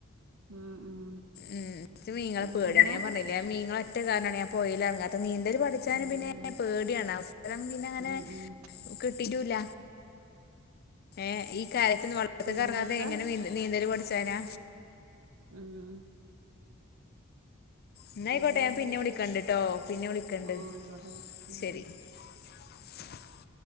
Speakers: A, on the right; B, on the left.
A: ഉം ഉം
B: ഉം് മ മീങ്ങളെ
A: പിന്നെന്താ
B: പേടാണ് ഞാൻ പറഞ്ഞില്ലേ മീങ്ങളെ ഒറ്റ കാരനണ ഞാൻ പോയില ഇറങ്ങാ താ നീന്തല് പഠിച്ചാലും
A: ഉം
B: പിന്നെ
A: ഉം
B: പേടിയാണ് അറം പിന്നെ അങ്ങനെ
A: ഉം ഉം
B: കിട്ടിട്ടുല്ല ഏ ഈ കാലത്ത് വളർ
A: പിന്നെന്താ
B: കറങ്ങാതെ എങ്ങനെ നീന്ത് നീന്തല് പടിച്ചനാ
A: ഉം
B: എന്നയിക്കോട്ടെ
A: പിന്നെന്തൊക്കെയാ
B: ഞാൻ പിന്നെ വിളിക്കണ്ടട്ടോ പിന്നെ വിളിക്കണ്ട്
A: ആ ആയിക്കോട്ടെന്നാ ഉം
B: ശെരി
A: ഉം
B: <unintelligible>